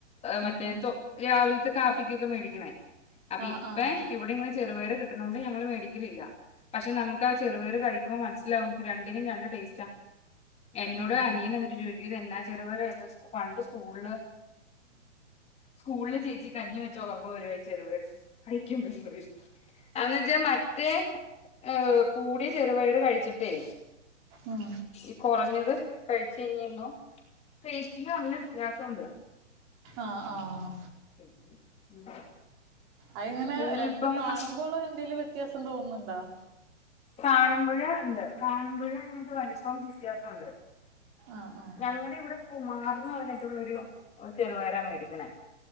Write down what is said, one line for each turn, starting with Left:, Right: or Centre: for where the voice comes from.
Right: ഉം
Left: മറ്റേ
Right: ഉം
Left: രാവിലത്തെ കാപ്പിക്കൊക്കെ മേടിക്കണേ അപ്പൊ
Right: ആഹ്
Left: ഇപ്പൊ
Right: ആഹ്
Left: ഇവിടെ ഇങ്ങനെ ചെറുപേര് കിട്ടനോണ്ട് ഞങ്ങള് മേടിക്കലില്ല പക്ഷെ നമുക്ക് ആ ചെറുപയർ കഴിക്കുമ്പോ മനസ്സിലാവും രണ്ടിനും രണ്ട് ടേസ്റ്റാ എന്നോട്
Right: ഉം
Left: അനിയനെ ന്നിട്ട് ചോദിക്കും ഇതെന്നാ <unintelligible> പണ്ട് സ്കൂൾല് സ്കൂൾല് ചേച്ചി കഞ്ഞി വെച്ച് നോക്ക് അപ്പൊ ചെറു കഴിക്കും ബെംഗൂ എന്ന് വച്ചാ മറ്റേ ഏഹ് കൂടിയ ചെറുപയര് കഴിച്ചിട്ടേ
Right: ഉം
Left: ഈ കുറഞ്ഞത് കഴിച്ച് കയിഴുബൊ ടെസ്റ്റിന് നല്ല വ്യത്യാസുണ്ട്
Right: ആഹ് ആഹ്
Left: പിന്നെ ഉം
Right: അതി ഇങ്ങനെ
Left: ഇനിയിപ്പം
Right: രണ്ടും കാണുമ്പോൾ എന്തെലും വ്യത്യാസം തോന്നുന്നുണ്ടോ
Left: കാണ്മ്പഴോണ്ട് കാണ്മ്പോ <unintelligible> വലുപ്പം വ്യത്യാസൊണ്ട്.
Right: ആഹ് ആഹ്
Left: ഞങ്ങടെ ഇവിടെ കുമാർന്ന് പറഞ്ഞിട്ടുള്ളൊരു ചെറുപയറ മേടിക്കണെ.